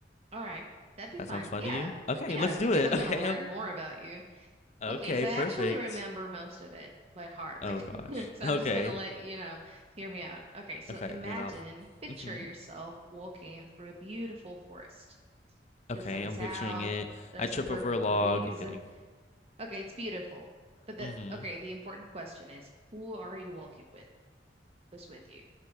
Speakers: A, on the right; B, on the left.
A: All right. That'd be
B: That
A: fun.
B: sounds fun
A: Yeah.
B: to you? Okay,
A: Yeah,
B: let's
A: because
B: do it.
A: I'm
B: <laughs> Okay.
A: gonna learn
B: I'm- like,
A: more about you.
B: Okay,
A: Okay, so I
B: perfect.
A: actually remember most of it by heart. Like,
B: Oh gosh.
A: <laughs> so
B: Okay.
A: I'm just gonna let you know, hear me out. Okay, so
B: Okay,
A: imagine,
B: and then I'll
A: picture
B: hmm
A: yourself walking through a beautiful forest.
B: Okay,
A: The sun is
B: I'm picturing
A: out,
B: it.
A: there's
B: I trip
A: a perfect
B: over a log.
A: breeze.
B: I'm kidding.
A: Okay, it's beautiful. But the
B: <laughs> hmm
A: okay, the important question is, who are you walking with? Who's with you?